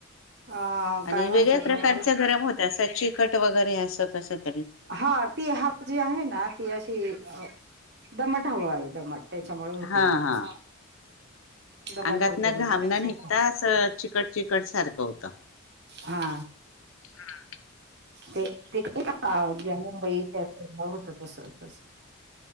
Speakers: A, on the right (about 55°); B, on the left (about 70°).
A: अ
B: आणि
A: काय
B: वेगळ्या
A: म्हणतात
B: प्रकारच
A: मी आता
B: गरम होत असं चिकट वगैरे असं कसं --
A: हा ती हा जी आहे ना ती अशी -- दमट हवं आहे दमट त्याच्यामुळे होतय
B: हा
A: ते
B: हा
A: तस. दमट
B: अंगात
A: हवेमुळे
B: ना घामण
A: तस होत
B: निघताच चिकट चिकट सारखं होतं.
A: हा.
B: हा.
A: ते ते काय ज्या मुंबई होत तस तस.